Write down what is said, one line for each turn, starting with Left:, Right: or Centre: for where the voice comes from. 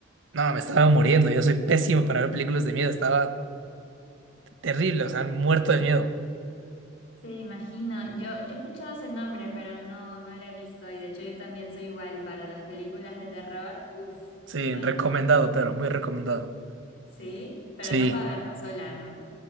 Right: No, me estaba muriendo. Yo soy pésimo para ver películas de miedo. Estaba terrible, o sea, muerto de miedo.
Left: sí, imagino. Yo, yo he escuchado ese nombre, pero no, no lo he visto y de hecho yo también soy igual para las películas de terror. Uf,
Right: Sí,
Left: no,
Right: recomendado,
Left: no. no.
Right: pero muy recomendado.
Left: Sí, pero
Right: Sí.
Left: no para verla sola, ¿no?